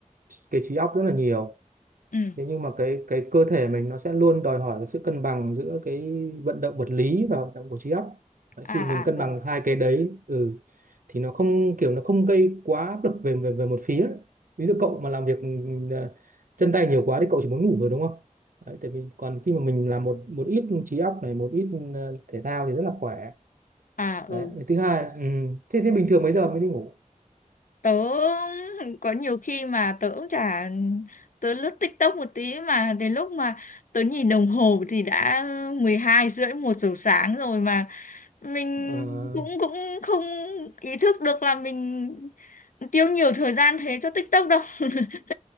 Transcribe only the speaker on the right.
cái trí óc rất là nhiều
thế nhưng mà cái cái cơ thể mình nó sẽ luôn đòi hỏi cái sự cân bằng giữa cái vận động vật lý và vận động của trí óc Đấy,
khi mình cân
bằng
hai cái đấy ừ, thì nó không kiểu nó không gây quá áp lực về về về một phía ví dụ cậu mà làm việc ờ, chân tay nhiều quá thì cậu chỉ muốn ngủ rồi đúng không đấy, tại vì còn khi mà mình làm một một ít trí óc này một ít ờ, thể thao thì rất là khỏe
đấy thứ hai ừ, thế thế bình thường mấy giờ mới đi ngủ
Ờ,